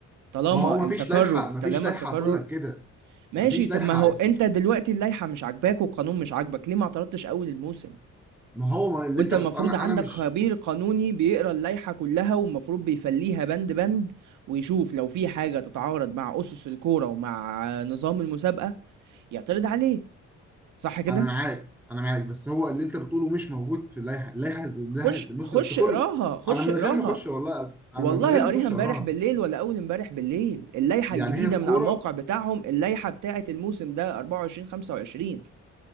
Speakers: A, on the right; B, in the centre.
A: طالما
B: ما هو ما
A: التكرر
B: فيش لائحه ما
A: طالما
B: فيش لائحه
A: التكرر
B: هتقول لك كده
A: ماشي
B: ما فيش
A: طب
B: لائحه
A: ما هو
B: عايز-
A: انت دلوقتي اللائحة مش عاجباك والقانون مش عاجبك ليه ما اعترضتش اول الموسم
B: ما هو ما اللي
A: وانت
B: انت
A: المفروض
B: بتقول انا
A: عندك
B: انا مش
A: خبير قانوني بيقرا اللائحة كلها والمفروض بيفليها بند بند ويشوف لو في حاجة تتعارض مع اسس الكورة ومع نظام المسابقة يعترض عليه صح كده
B: انا معاك انا معاك بس هو اللي انت بتقوله مش موجود في اللائحه اللائحه اللائحه
A: خش
B: بص
A: خش
B: اصل
A: اقراها
B: كل
A: خش
B: انا من
A: اقراها
B: غير ما اخش والله أص-
A: والله
B: انا من غير ما
A: قاريها
B: اخش
A: امبارح
B: اقراها
A: بالليل ولا اول امبارح بالليل اللائحه
B: يعني
A: الجديده
B: هي الكوره
A: من على الموقع بتاعهم اللائحه بتاعه الموسم ده 24 25